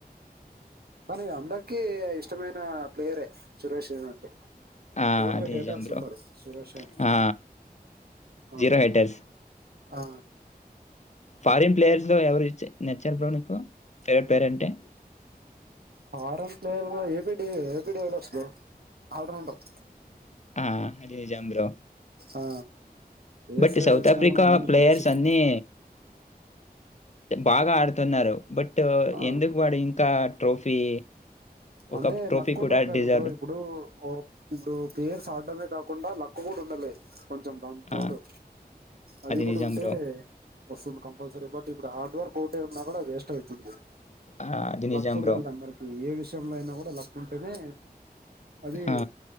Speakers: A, on the right; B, on the left.
A: మనీ అందకీ ఇష్ ఇష్టమైన ప్లేయరే సురేషు అంటే
B: ఆ
A: ఎవరు
B: అది
A: హేటర్స్
B: ఇజం బ్రో
A: ఉండరు సురేష్ రైనా
B: ఆ
A: ఆ
B: జీరో హేటర్స్
A: ఆ
B: ఫారిన్ ప్లేయర్స్ లో ఎవరు ఇచ నచ్చారు బ్రో నీకు ఫేవరెట్ పేరు అంటే
A: ఫారన్ ప్లేయర్ లో ఏబిడి ఏబిడిఎల్ఎక్స్ బ్రో ఆల్ రౌండర్
B: ఆ అది నిజం బ్రో
A: ఆ ఏ
B: బట్
A: సైడ్
B: సౌత్
A: వచ్చినా
B: ఆఫ్రికా
A: కూడా అన్ని
B: ప్లేయర్స్
A: త్రీ సిక్స్
B: అన్నీ బాగా ఆడుతున్నారు బట్
A: ఆ
B: ఎందుకు వాడు ఇంకా ట్రోఫీ ఒక
A: అంటే
B: ట్రోఫీ
A: లక్ ఉండాలి
B: కూడా
A: కదా
B: డిజర్వ్
A: బ్రో ఇప్పుడు ఇప్పుడు ప్లేయర్స్ ఆడడమే కాకుండా లక్కు కూడా ఉండలే కొంచెం దాని తోడు
B: ఆ!
A: అది కూడా
B: నిజం
A: ఉంటే
B: బ్రో.
A: వస్తుంది కంపల్సరీ బట్ ఇప్పుడు హార్డ్ వర్క్ కోటీమ్ మగడా వేస్ట్ అయితుంది
B: ఆ! అది నిజం
A: లక్కు ఉండాల
B: బ్రో.
A: అందరికి ఏ విష టైంలో అయినా కూడా లక్కు ఉంటేనే అదీ
B: ఆ!